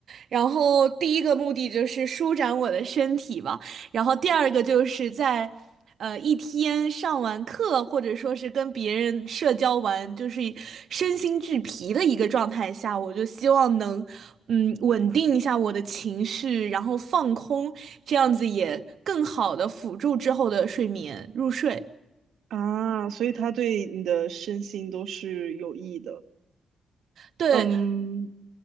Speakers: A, on the right; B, on the right.
A: 然后第一个目的就是舒展我的身体吧。然后第二个就是在呃一天上完课，或者说是跟别人社交完，就是身心俱疲的一个状态下，我就希望能嗯稳定一下我的情绪，然后放空，这样子也更好的辅助之后的睡眠入睡。
B: 啊，所以它对你的身心都是有益的。
A: 对，
B: 嗯，